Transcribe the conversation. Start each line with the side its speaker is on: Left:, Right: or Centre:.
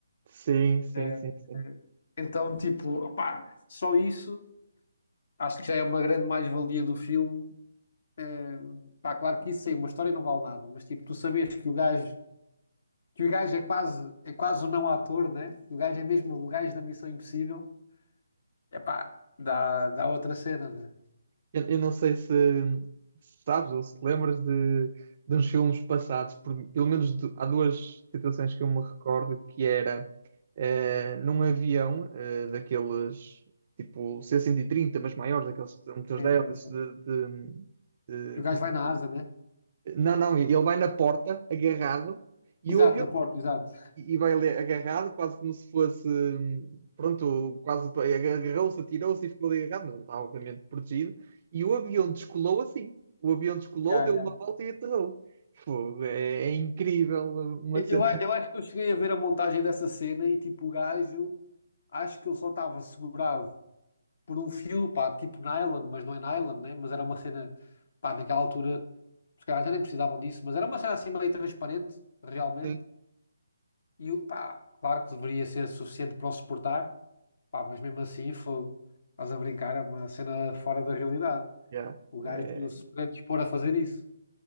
Right: Sim, sim,
Left: Eh,
Right: sim, sim.
Left: eh, Então, tipo, opá, só isso acho que já é uma grande mais-valia do filme. Eh, Pá, claro que isso aí, uma história não vale nada, mas tipo, tu sabes que o gajo, que o gajo é quase, é quase o não ator, né? O gajo é mesmo o gajo da Missão Impossível É pá, dá, dá outra cena, né?
Right: Eu, eu não sei se, se sabes ou se te lembras de, de uns filmes passados, por- pelo menos du- há duas situações que eu me recordo, que era eh, num avião eh, daqueles tipo C-130, mas maiores, daqueles motores
Left: Sim,
Right: deles
Left: sim, sim.
Right: de, de-
Left: Que o
Right: de-
Left: gajo vai na asa, né?
Right: Não, não, ele vai na porta agarrado e
Left: Exato,
Right: o avião
Left: na porta, exato.
Right: e e vai ali agarrado, quase como se fosse, hum, pronto, quase pa- agarrou-se, atirou-se e ficou ali agarrado, mas ele estava obviamente protegido. E o avião descolou assim. O avião descolou,
Left: Yeah,
Right: deu
Left: yeah.
Right: uma volta e aterrou. Fogo, é, é incrível uma
Left: Eu,
Right: cena
Left: eu a- eu acho que eu cheguei a ver a montagem dessa cena e tipo, o gajo, acho que ele só estava segurado por um fio, pá, tipo nylon, mas não é nylon, né? Mas era uma cena, pá, naquela altura, os caras já nem precisavam disso, mas era uma cena assim meio transparente, realmente.
Right: assim.
Left: E o- pá, claro que deveria ser suficiente para o suportar, pá, mas mesmo assim, foi, estás a brincar, é uma cena fora da realidade.
Right: Yeah,
Left: O gajo
Right: é,
Left: se predispor a fazer isso.